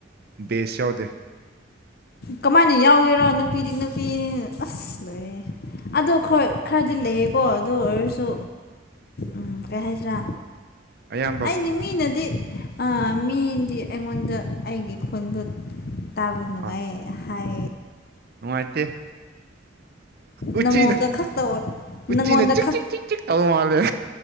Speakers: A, on the right; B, on the left.
A: ꯕꯦꯁ ꯌꯥꯎꯗꯦ
B: ꯀꯃꯥꯏꯅ ꯌꯥꯎꯒꯦꯔꯣ ꯅꯨꯄꯤꯗꯤ ꯅꯨꯄꯤ ꯑꯁ ꯂꯩ ꯑꯗꯣ ꯈꯔꯗꯤ ꯂꯩꯌꯦꯀꯣ ꯑꯗꯨ ꯑꯣꯏꯔꯁꯨ ꯎꯝ ꯀꯩ ꯍꯥꯏꯁꯤꯔꯥ
A: ꯑꯌꯥ
B: ꯑꯩꯅꯤ ꯃꯤꯅꯗꯤ ꯃꯤꯗꯤ ꯑꯩꯉꯣꯟꯗ ꯑꯩꯒꯤ ꯈꯨꯟꯗꯣ ꯇꯥꯕꯣ ꯅꯨꯡꯉꯥꯏ
A: ꯑꯥ
B: ꯍꯥꯏ
A: ꯅꯨꯡꯉꯥꯏꯇꯦ ꯎꯆꯤ
B: ꯅꯪꯉꯣꯟꯗ ꯈꯛꯇ ꯑꯣꯏ
A: ꯎꯆꯤꯅ
B: ꯅꯪꯉꯣꯟꯗ
A: ꯆꯤꯛ ꯆꯤꯛ ꯆꯤꯛ ꯇꯩꯕ ꯃꯥꯂ‌ꯦ